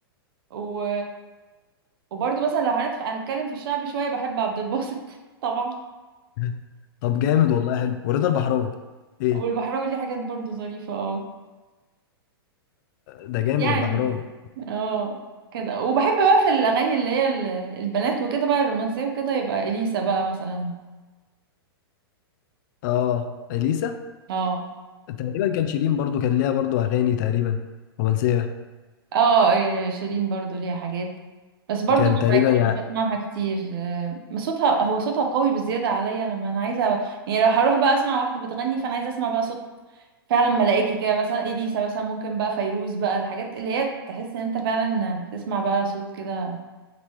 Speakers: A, on the right; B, on the left.
A: و وبرضه مثلا لو هنتف- هنتكلم في الشعبي شويه بحب عبد الباسط <laughs> طبعا
B: <laughs> طب جامد والله حلو ورضا البحراوي ايه
A: والبحراوي ليه حاجات برضه ظريفه اه
B: ده جامد
A: يعني
B: البحراوي
A: اه كده وبحب بقى في الاغاني اللي هي ال- البنات وكده بقى الرومانسيه وكده يبقى اليسا بقى مثلا
B: اه اليسا
A: اه
B: تقريبا كان شيرين برضو كان ليها برضو اغاني تقريبا رومانسيه
A: اه آه، شيرين برضو ليها حاجات بس برضو
B: كان
A: ما-
B: تقريبا
A: يعني
B: يعني
A: مش بسمعها كتير آه، صوتها هو صوتها قوي بزياده عليا لما انا عايزه يعني لو هروح بقى اسمع واحده بتغني فانا عايزه اسمع بقى صوت فعلا ملائكي كده مثلا اليسا مثلا ممكن بقى فيروز بقى الحاجات اللي هي تحس ان انت فعلا بتسمع بقى صوت كده